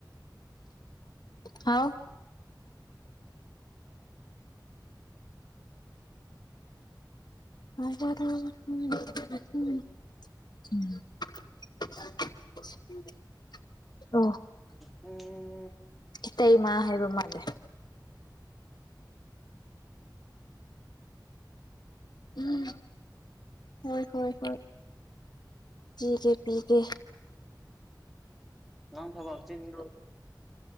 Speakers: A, on the left; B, in the centre.
A: ꯍꯥꯎ ꯑꯝ ꯑ
B: ꯎꯝ
A: ꯏꯇꯩ ꯏ ꯃꯥ ꯍꯥꯏꯕ ꯃꯥꯜꯅꯦꯦ ꯎꯝ ꯍꯣꯏ ꯍꯣꯏ ꯍꯣꯏ ꯄꯤꯒ ꯄꯤꯒꯦ
B: ꯅꯪ ꯊꯕꯆꯦꯣ